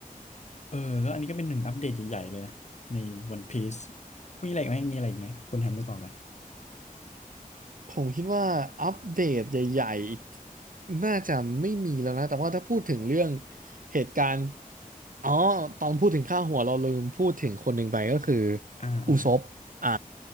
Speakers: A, on the left; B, on the right.
A: เออแล้วอันนี้ก็เป็นหนึ่งอัปเดตใหญ่ๆเลยนะในวันพีซมีอะไรอีกไหมมีอะไรอีกไหมคุณแฮมนึกออกไหม
B: ผมคิดว่าอัปเดตใหญ่ๆอีกน่าจะไม่มีแล้วนะแต่ว่าถ้าพูดถึงเรื่องเหตุการณ์อ๋อตอนพูดถึงค่าหัวเราลืมพูดถึงคนหนึ่งไปก็คือ
A: อ่าอ่า
B: อุซบอ่ะ